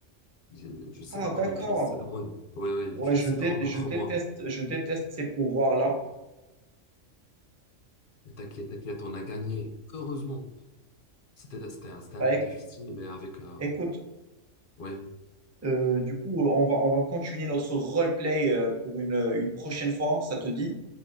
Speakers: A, on the left; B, on the right.
A: Je, je sais
B: Ah
A: pas
B: d'accord,
A: comment il utilise ses drone Ouais, ouais, il
B: Ouais,
A: utilise
B: je,
A: ses
B: dé-
A: drone
B: je
A: contre
B: déteste,
A: moi.
B: je déteste ces pouvoirs-là.
A: Mais t'inquiète, t'inquiète, on a gagné. Heureusement. C'était, c'était, c'était
B: Bah,
A: un peu
B: éc-
A: difficile, mais avec... euh,
B: écoute,
A: ouais.
B: euh, du coup, euh, on va, on va continuer notre roleplay euh, pour une, une prochaine fois. Ça te dit?